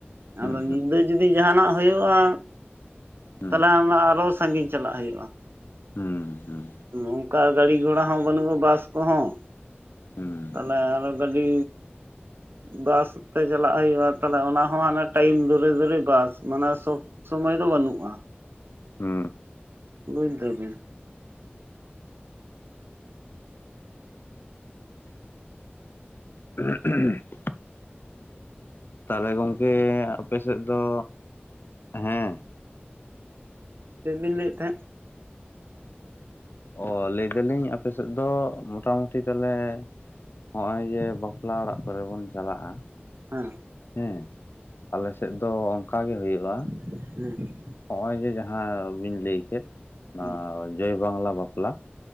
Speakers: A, on the left; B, on the right.
A: ᱦᱩᱸ
B: ᱟᱫᱚ ᱧᱤᱫᱟᱹ ᱡᱩᱫᱤ ᱡᱟᱦᱟᱱᱟᱜ ᱦᱩᱭᱩᱜ-ᱟ
A: ᱦᱩᱸ
B: ᱛᱟᱦᱚᱞᱮ ᱚᱱᱟ ᱟᱨᱚ ᱥᱟᱺᱜᱤᱧ ᱪᱟᱞᱟᱜ ᱦᱩᱭᱩᱜ-ᱟ᱾
A: ᱦᱩᱸ ᱦᱩᱸ ᱦᱩᱸ᱾
B: ᱚᱱᱠᱟ ᱜᱟᱹᱰᱤ ᱜᱷᱚᱲᱟ ᱦᱚᱸ ᱵᱟᱹᱱᱩᱜ-ᱟ ᱵᱟᱥ ᱠᱚᱦᱚᱸ
A: ᱦᱩᱸ
B: ᱛᱟᱦᱚᱞᱮ ᱟᱨᱚ ᱜᱟᱹᱰᱤ ᱵᱟᱥ ᱛᱮ ᱪᱟᱞᱟᱜ ᱦᱩᱭᱩᱜ-ᱟ ᱛᱟᱦᱚᱞᱮ ᱚᱱᱟ ᱦᱚᱸ ᱦᱟᱱᱮ ᱴᱟᱭᱤᱢ ᱫᱷᱩᱨᱮ ᱫᱷᱩᱨᱮ ᱵᱟᱥ ᱢᱟᱱᱮ ᱥᱚᱨᱼᱼ ᱥᱚᱢᱚᱭ ᱫᱚ ᱵᱟᱹᱱᱩᱜ-ᱟ᱾
A: ᱦᱩᱸ᱾
B: ᱵᱩᱡᱽ ᱫᱟᱹᱵᱤᱱ?
A: <unintelligible> ᱛᱟᱦᱚᱞᱮ ᱜᱚᱝᱠᱮ ᱟᱯᱮᱥᱮᱫ ᱫᱚ ᱦᱮᱸ᱾
B: ᱪᱮᱫ ᱵᱤᱱ ᱞᱟᱹᱭᱮᱫ ᱛᱟᱦᱮᱸᱫ?
A: ᱚ ᱞᱟᱹᱭ ᱫᱟᱞᱤᱧ ᱟᱯᱮ ᱥᱮᱫ ᱫᱚ ᱢᱚᱴᱟ ᱢᱩᱴᱤ ᱛᱟᱦᱚᱞᱮ ᱦᱚᱜ-ᱚᱭ ᱡᱮ ᱵᱟᱯᱞᱟ ᱚᱲᱟᱜ ᱠᱚᱨᱮ ᱵᱚᱱ ᱪᱟᱞᱟᱜ-ᱟ᱾
B: ᱦᱮᱸ᱾
A: ᱦᱮᱸ ᱟᱞᱮᱥᱮᱫ ᱫᱚ ᱚᱱᱠᱟ ᱜᱮ ᱦᱩᱭᱩᱜ-ᱟ᱾
B: ᱦᱮᱸ᱾
A: ᱦᱚᱜ-ᱚᱭ ᱡᱮ ᱡᱟᱦᱟᱸ ᱵᱤᱱ ᱞᱟᱹᱭ ᱠᱮᱫ ᱚᱱᱟ
B: ᱦᱮᱸ
A: ᱡᱚᱭ ᱵᱟᱝᱞᱟ ᱵᱟᱯᱞᱟ᱾